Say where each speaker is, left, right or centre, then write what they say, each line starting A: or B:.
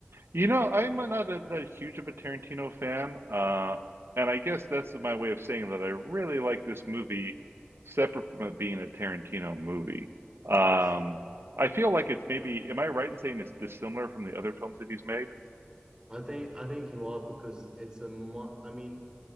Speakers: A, on the right; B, on the right.
A: you know I'm not a, that huge of a Tarantino fan, uh, and I guess that's my way of saying that I really like this movie, separate from it being a Tarantino movie. Um,
B: I see.
A: I feel like it's maybe, am I right in saying it's dissimilar from the other films that he's made?
B: I think I think you are because it's a mu I mean,